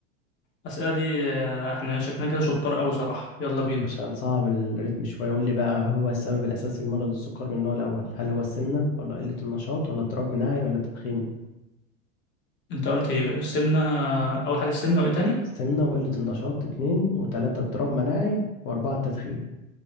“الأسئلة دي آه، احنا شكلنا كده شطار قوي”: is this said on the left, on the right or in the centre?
Left